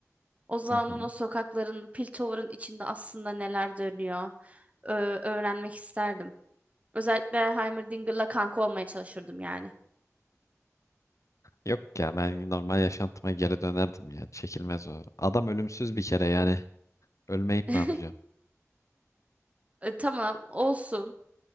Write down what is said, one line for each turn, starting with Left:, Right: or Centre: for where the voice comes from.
Right: O Zaun'un
Left: Hı hı.
Right: o sokakların, Piltover'ın içinde aslında neler dönüyor ö- öğrenmek isterdim. Özellikle Heimerdinger'la kanka olmaya çalışırdım yani.
Left: Yok ya ben normal yaşantıma geri dönerdim ya. Çekilmez o. Adam ölümsüz bir kere yani. Ölmeyip
Right: <laughs>
Left: ne yapacağım?
Right: E, tamam olsun.